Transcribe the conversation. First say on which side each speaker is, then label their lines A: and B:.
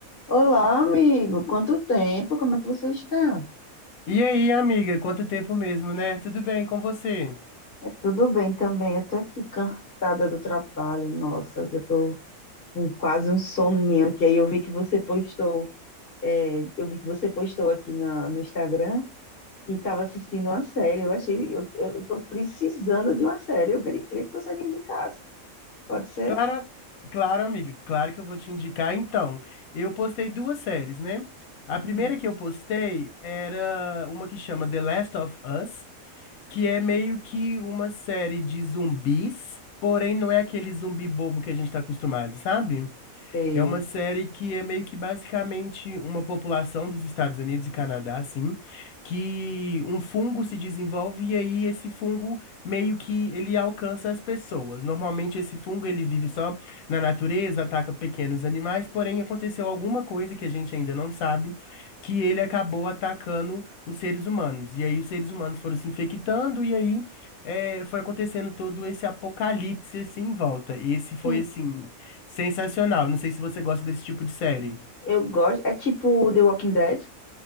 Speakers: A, on the left (about 45°); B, on the left (about 80°).
A: Olá, amigo. Quanto tempo? Como é que você está?
B: E aí, amiga, quanto tempo mesmo, né? Tudo bem com você?
A: É tudo bem também. Eu tô aqui cansada do trabalho. Nossa, eu tô com quase um soninho aqui. Aí eu vi que você postou, é, eu vi que você postou aqui na- no Instagram e estava assistindo uma série. Eu achei, eu, eu tô precisando de uma série. Eu queria, queria que você me indicasse. Pode ser?
B: Claro, claro, amiga, claro que eu vou te indicar. Então, eu postei duas séries, né? A primeira
A: Hum,
B: que eu postei era uma que chama The Last of Us, que é meio que uma série de zumbis, porém não é aquele zumbi bobo que a gente tá acostumado, sabe?
A: sei.
B: É uma série que é meio que basicamente uma população dos Estados Unidos e Canadá, assim, que um fungo se desenvolve e aí esse fungo meio que ele alcança as pessoas. Normalmente esse fungo ele vive só na natureza, ataca pequenos animais, porém aconteceu alguma coisa que a gente ainda não sabe, que ele acabou atacando os seres humanos. E aí os seres humanos foram se infectando e aí eh, foi acontecendo todo esse apocalipse assim em volta. E esse foi
A: Sim,
B: assim Sensacional. Não sei se você gosta desse tipo de série.
A: eu gosto. É tipo The Walking Dead?